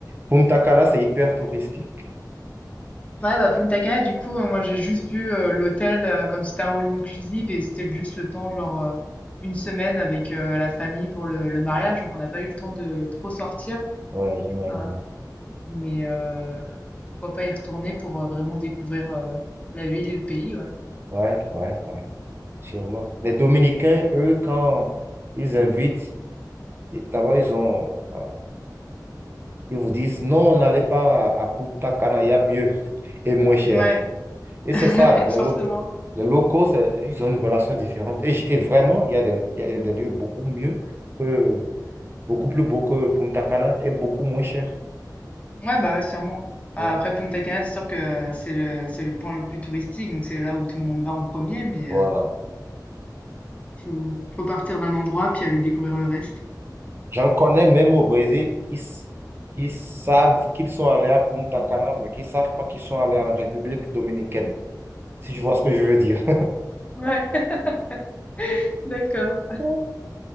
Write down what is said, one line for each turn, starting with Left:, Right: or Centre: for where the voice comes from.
Right: Punta Cana, c'est hyper touristique.
Left: Ouais, bah Punta Cana, du coup, euh, moi j'ai juste vu euh, l'hôtel euh, comme c'était un all-inclusive et c'était juste le temps, genre euh, une semaine avec euh, la famille pour le, le mariage, donc on n'a pas eu le temps de trop sortir.
Right: Ouais, j'imagine.
Left: euh, mais euh, pourquoi pas y retourner pour euh, vraiment découvrir euh, la ville et le pays, ouais.
Right: Ouais, ouais, ouais, sûrement. Les Dominicains, eux, quand ils invitent, d'abord, ils ont, euh, Ils vous disent, non, n'allez pas à Punta Cana, il y a mieux et moins cher.
Left: Ouais,
Right: Et
Left: <laughs>
Right: c'est ça, les,
Left: forcément.
Right: lo- les locaux, c'est- ils ont une relation différente. Et, j- et vraiment, il y a des, il y a des lieux beaucoup mieux, que, beaucoup plus beaux que Punta Cana et beaucoup moins cher.
Left: Ouais, bah sûrement. Bah,
Right: Ouais.
Left: après Punta Cana, c'est sûr que c'est le, c'est le point le plus touristique, donc c'est là où tout le monde va en premier, mais.
Right: Voilà.
Left: euh, Faut, faut partir d'un endroit puis aller découvrir le reste.
Right: J'en connais même au Brésil qui, s- qui savent qu'ils sont allés à Punta Cana, mais qui ne savent pas qu'ils sont allés en République dominicaine, si je vois ce que je veux dire.
Left: Ouais, <laughs> d'accord.
Right: <laughs>